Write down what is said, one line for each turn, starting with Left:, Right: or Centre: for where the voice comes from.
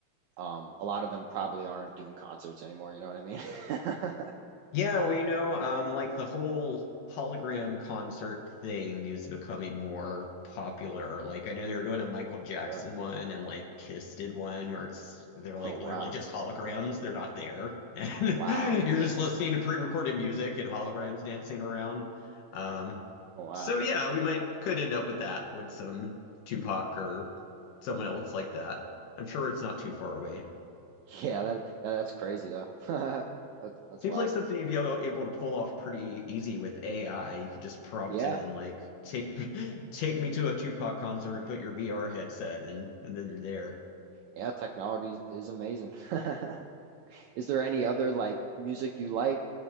Right: um a lot of them probably aren't doing concerts anymore, you know what I mean? <laughs>
Left: Yeah, well, you know, um, like the whole hologram concert thing is becoming more popular. Like I know they were doing a Michael Jackson
Right: Really?
Left: one and like Kiss did one where it's they're like
Right: Oh wow.
Left: literally just holograms, they're not there. <laughs> And
Right: Wow.
Left: you're just listening to pre-recorded music and holograms dancing around. Um,
Right: Oh wow.
Left: so yeah, we might could end up with that with some Tupac or someone else like that. I'm sure it's not too far away.
Right: Yeah, that that- that's crazy though. <laughs> That's that's
Left: Seems
Right: wild.
Left: like something you'd be able, able to pull off pretty easy with AI. You could just prompt
Right: Yeah.
Left: in like take me <laughs> take me to a Tupac concert and put your VR headset and and then you're there.
Right: Yeah, technology is amazing. <laughs> Is there any other like music you like